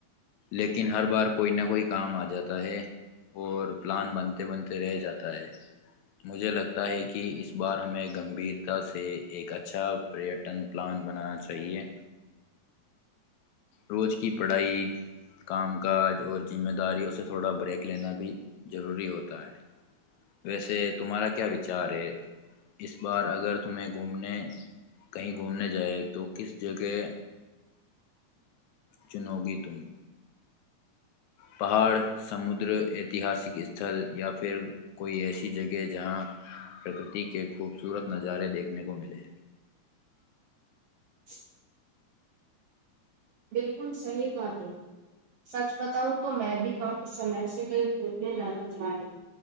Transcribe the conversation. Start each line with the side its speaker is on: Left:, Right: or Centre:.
Left: لیکن ہر بار کوئی نہ کوئی کام آ جاتا ہے اور پلان بنتے بنتے رہ جاتا ہے مجھے لگتا ہے کہ اس بار ہمیں گمبھیر سے ایک اچھا پریٹن پلان بنانا چاہیے روز کی پڑھائی کام کاج اور ذمہ داریوں سے تھوڑا بریک لینا بھی ضروری ہوتا ہے ویسے تمہارا کیا وچار ہے اس بار اگر تمہیں گھومنے کہیں گھومنے جائے تو کس جگہ چنو گی تم <unintelligible> پہاڑ سمندر ایتہاسک استھل یا پھر کوئی ایسی جگہ جہاں پرکرتی کے خوبصورت نظارے دیکھنے کو ملے
Right: <inaudible> بالکل صحیح تھا ت سچ بتاؤں تو میں بھی کافی سمے سے کہیں گھومنے جانا چاہ رہی